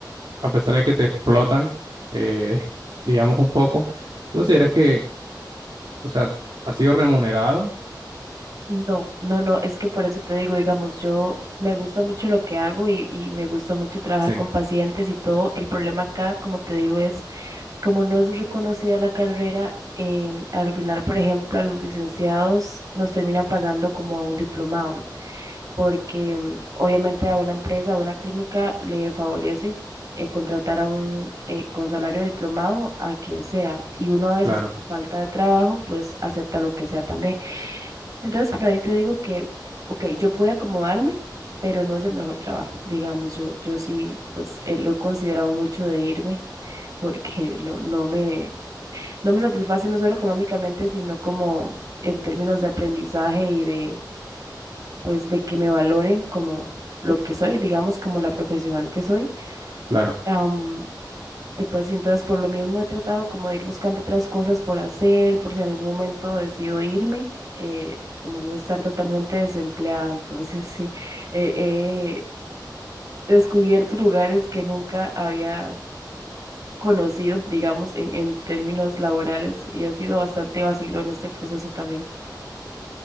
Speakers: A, on the right; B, on the right.
A: a pesar de que te explotan, eh, <laughs> digamos un poco, ¿tú consideras que, o sea, ha sido remunerado?
B: No, no, no, es que por eso te digo, digamos, yo me gusta mucho lo que hago y, y me gusta mucho trabajar
A: Sí,
B: con pacientes y todo. El problema acá, como te digo, es como no es reconocida la carrera, em, al final, por ejemplo, a los licenciados nos terminan pagando como a un diplomado. porque mm, obviamente a una empresa, a una clínica le favorece eh, contratar a un eh, con salario diplomado a quien sea y uno a veces
A: claro,
B: por falta de trabajo pues acepta lo que sea también. Entonces por ahí te digo que, ok, yo pude acomodarme, pero no es el mejor trabajo, digamos, yo, yo sí pues eh, lo he considerado mucho de irme <laughs> porque no, no me, no me satisface no solo económicamente, sino como en términos de aprendizaje y de pues de que me valoren como lo que soy, digamos, como la profesional que soy.
A: claro.
B: Am, y pues y entonces por lo mismo he tratado como de ir buscando otras cosas por hacer, por si en algún momento decido irme, eh, como no estar totalmente desempleada. Entonces <laughs> sí, eh, he descubierto lugares que nunca había conocido, digamos, en, en términos laborales y ha sido bastante vacilón este proceso también.